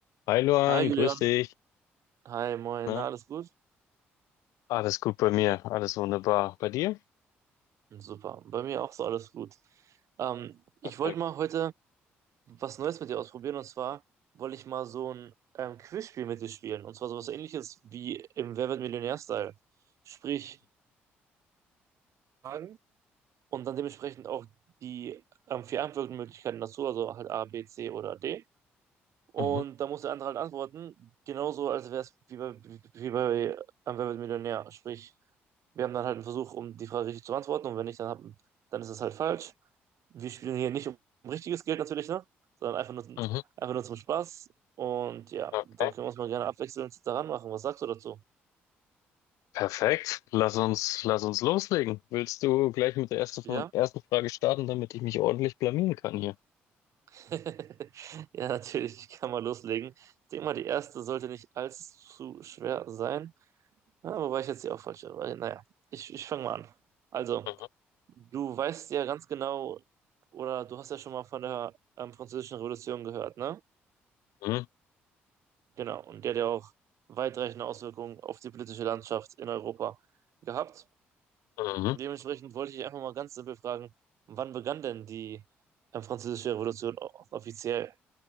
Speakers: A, on the left; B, on the right.
A: Hi Luan,
B: Hi Julian,
A: grüß dich.
B: hi moin,
A: Na?
B: Na, alles gut?
A: Alles gut bei mir, alles wunderbar. Bei dir?
B: Super, bei mir auch so alles gut. Ähm,
A: Perfekt.
B: ich wollte mal heute was Neues mit dir ausprobieren und zwar wollte ich mal so ein ähm, Quizspiel mit dir spielen und zwar sowas Ähnliches wie im Wer wird Millionär-Style. Sprich Fragen und dann dementsprechend auch die ähm, vier Antwortmöglichkeiten dazu, also halt A, B, C oder D. Und
A: Mhm.
B: da muss der andere halt antworten, genauso als wäre es wie bei, wie bei ähm, Wer wird Millionär. Sprich, wir haben dann halt einen Versuch, um die Frage richtig zu beantworten und wenn nicht, dann, haben, dann ist es halt falsch. Wir spielen hier nicht um richtiges Geld natürlich, ne? sondern einfach nur,
A: Mhm.
B: einfach nur zum Spaß. Und ja,
A: Okay.
B: dann können wir uns mal gerne abwechselnd daran machen. Was sagst du dazu?
A: Perfekt. Lass uns, lass uns loslegen. Willst du gleich mit der ersten, von,
B: Ja?
A: ersten Frage starten, damit ich mich ordentlich blamieren kann hier?
B: <laughs> Ja, natürlich, ich kann mal loslegen. Ich denke mal, die erste sollte nicht allzu schwer sein. Ja, aber war ich jetzt hier auch falsch. Aber, naja, ich, ich fange mal an. Also,
A: Mhm.
B: du weißt ja ganz genau, oder du hast ja schon mal von der ähm, Französischen Revolution gehört, ne?
A: Mhm.
B: Genau. Und der hat ja auch weitreichende Auswirkungen auf die politische Landschaft in Europa gehabt.
A: Mhm.
B: Dementsprechend wollte ich einfach mal ganz simpel fragen, wann begann denn die ähm, Französische Revolution o- offiziell?